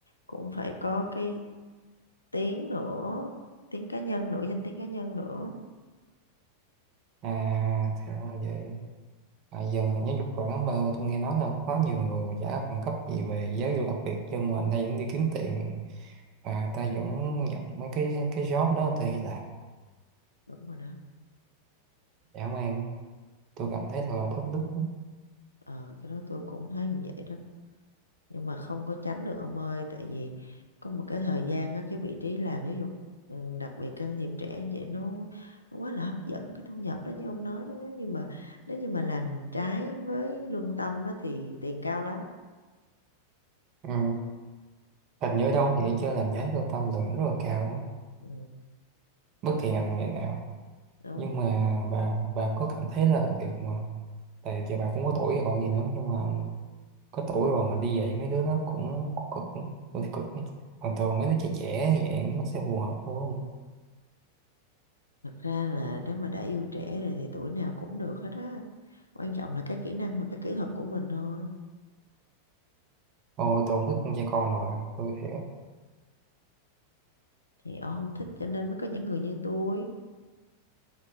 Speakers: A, on the left (about 80°); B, on the right (about 40°).
A: cũng phải có cái tiếng nữa tiếng cá nhân nữa danh tiếng cá nhân nữa
B: à thì ra là vậy à, giờ ngành giáo dục quản mà tôi nghe nói là có nhiều người mà trả bằng cấp gì về giáo dục đặc biệt nhưng mà người ta vẫn đi kiếm tiền và người ta vẫn nhận mấy cái cái job đó người ta đi làm
A: đúng rồi đó
B: dã man tôi cảm thấy thật là thất đức
A: ờ cái đó tôi cũng thấy như vậy đó nhưng mà không có tránh được ông ơi tại vì có một cái thời gian á cái vị trí làm giáo dục ừ, đặc biệt can thiệp trẻ như vậy nó, nó quá là hấp dẫn cái thu nhập đó như ông nói đó nếu như mà nếu như mà làm trái với lương tâm á, thì tiền cao lắm
B: ừ. hình như ở đâu vậy chứ làm giá lương tâm là rất là cao
A: ừ,
B: bất kỳ ngành nghề nào
A: đúng
B: nhưng mà bà bà có cảm thấy là việc mà tại giờ bà cũng có tuổi rồi còn gì nữa nhưng mà có tuổi rồi mà đi dạy mấy đứa nó cũng cực cũng cực ấy. còn thường mấy đứa trẻ trẻ như vậy nó sẽ phù hợp hơn
A: thật ra là nếu mà đã yêu trẻ rồi thì tuổi nào cũng được hết á quan trọng là cái kỹ năng và cái kỹ thuật của mình thôi
B: ôi tôi không thích con con đâu bà tôi thế
A: thì ông không thích cho nên mới có những người như tôi